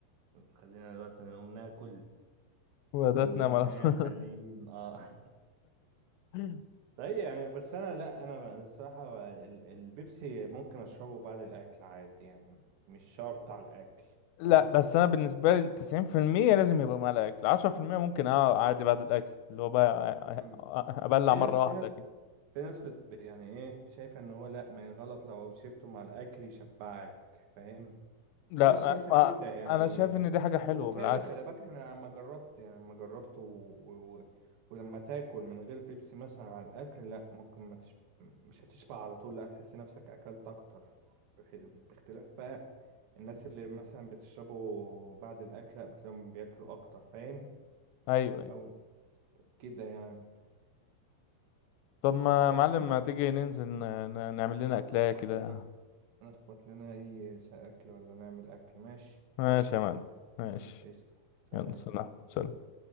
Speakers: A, on the right (about 80°); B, on the left (about 85°).
A: خلينا دلوقتي نقوم ناكل
B: وده
A: ونقوم
B: تنام على طول
A: <laughs> ايه محليين اه
B: <laughs>
A: <laughs> طيب يعني بس انا لا انا الصراحة ال- البيبسي ممكن اشربه بعد الاكل عادي يعني مش شرط على الاكل
B: لا
A: فاهم
B: بس انا بالنسبه لي 90% لازم يبقى مع الاكل 10% ممكن اه عادي بعد الاكل اللي هو بقى
A: مم.
B: ابلع
A: في
B: مره
A: ناس في
B: واحده
A: ناس
B: كده
A: في ناس بت يعني ايه شايفة ان هو لا ما غلط لو شربته مع الاكل يشبعك فاهم
B: لا
A: في ناس شايفة
B: ما
A: كده يعني
B: انا شايف
A: بت...
B: ان دي حاجه حلوه
A: هو فعلا
B: بالعكس
A: خلي بالك انا لما جربت يعني لما جربت و... و... ولما تاكل من غير بيبسي مثلا على الاكل لا ممكن ما تش... مش هتشبع على طول لا هتحس نفسك اكلت اكتر بخ- باختلاف بقى الناس اللي مثلا بتشربوا بعد الاكل لا بتلاقيهم بياكلوا اكتر فاهم
B: ايوه أيوة.
A: او كده يعني
B: طب ما يا
A: فبس
B: معلم ما تيجي ننزل ن- ن- نعمل لنا اكلايه
A: اخبط
B: كده
A: لنا نخبط لنا اي اكل ولا نعمل اكل ماشي
B: ماشي
A: قول
B: يا معلم ماشي
A: قشطة سلام
B: يلا سلام سلام